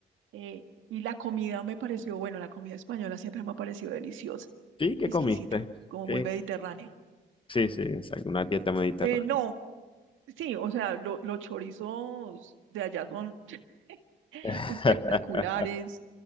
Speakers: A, on the right (about 80°); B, on the left (about 25°).
A: Eh, y la comida me pareció, bueno, la comida española siempre me ha parecido deliciosa,
B: Sí, ¿qué
A: exquisita,
B: comiste?
A: como
B: ¿Qué?
A: muy mediterránea.
B: Sí, sí, exacto, una dieta mediterránea.
A: Eh, no, sí, o sea, lo- los chorizos de allá son <laughs>
B: <laughs>
A: espectaculares,